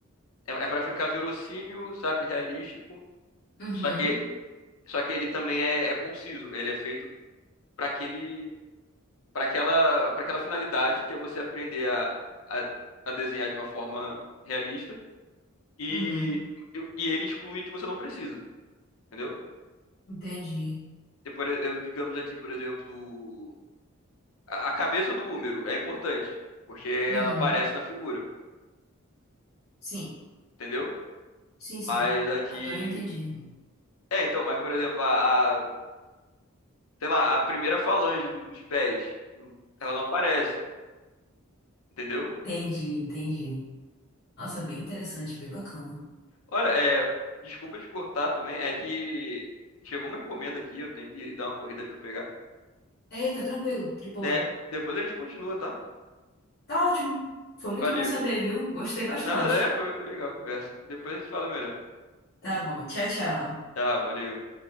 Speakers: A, on the left; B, on the left.
A: É, é para ficar verossímil, sabe? Realístico.
B: Uhum,
A: Só que, só que ele também é, é conciso. Ele é feito para aquele, para aquela, para aquela finalidade, que é você aprender a, a, a desenhar de uma forma realista. E,
B: uhum,
A: e ele exclui que você não precisa, entendeu?
B: entendi.
A: E por e- eu, digamos aqui, por exemplo, a, a cabeça do Húmero é importante, porque ela
B: Uhum.
A: aparece na figura.
B: Sim,
A: entendeu?
B: sim,
A: Mas
B: sim.
A: aqui.
B: Agora eu entendi.
A: É, então, mas por exemplo, a, a- sei lá, a primeira falange do- dos pés, não- ela não aparece, entendeu?
B: Entendi, entendi. Nossa, bem interessante, bem bacana.
A: Olha, é, desculpa de cortar também, é que chegou uma encomenda aqui, eu tenho que dar uma corrida ali pra pegar.
B: Eita, tranquilo, de boa.
A: É, depois a gente continua, tá?
B: Tá ótimo. Foi muito
A: Valeu.
B: bom saber, viu? Gostei bastante.
A: Nada, é, foi, foi legal a conversa. Depois a gente fala melhor.
B: Tá bom, tchau, tchau.
A: Tchau, valeu.